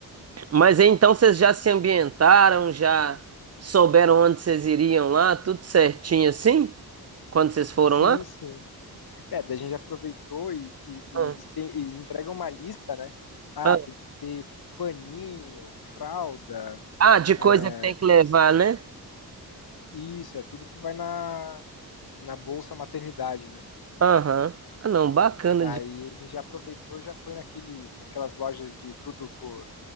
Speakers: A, on the right (about 40°); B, on the left (about 70°).
A: mas aí, então vocês já se ambientaram, já souberam onde vocês iriam lá, tudo certinho assim? Quando vocês foram
B: Sim,
A: lá?
B: sim. É, daí a gente aproveitou e, e- e
A: Ah,
B: eles, têm, eles entregam uma lista, né? Ah,
A: ah.
B: tem que ter paninho, fralda,
A: Ah, de coisa
B: é,
A: que tem que levar, né?
B: isso, é tudo que vai na, na Bolsa Maternidade, né?
A: Aham. Ah, não, bacana.
B: Daí
A: de-
B: a gente já aproveitou, já foi naqueles, naquelas lojas de tudo por,